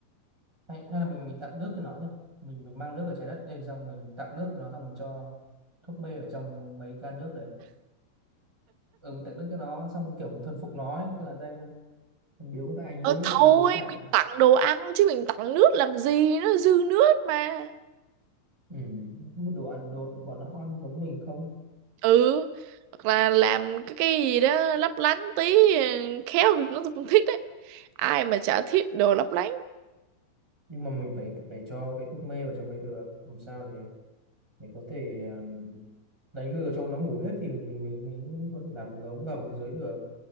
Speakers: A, in the centre; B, on the right.
A: hay, hay là mình mình tặng nước cho nó nhỉ mình mình mang nước ở trái đất lên xong mình tặng nước cho nó xong mình cho thuốc mê ở trong mấy can nước đấy ừ mình tặng nước cho nó xong kiểu mình thuần phục nó ấy. tức là đây em biếu các anh ấy
B: ờ
A: nước
B: thôi
A: các anh uống tạng
B: mình tặng đồ ăn chứ mình tặng nước làm gì nó dư nước mà
A: ừ không biết đồ ăn đồ bọn nó ăn giống mình không
B: ừ hoặc là làm cái cái gì đó lấp lánh tí ờ, khéo tụi nó cũng thích đấy ai mà chả thích đồ lấp lánh
A: nhưng mà mình phải phải cho cái thuốc mê vào trong đấy được làm sao để để có thể um, đánh lừa cho nó ngủ hết thì mình mình mình, mình có thể làm một cái ống ngầm dưới được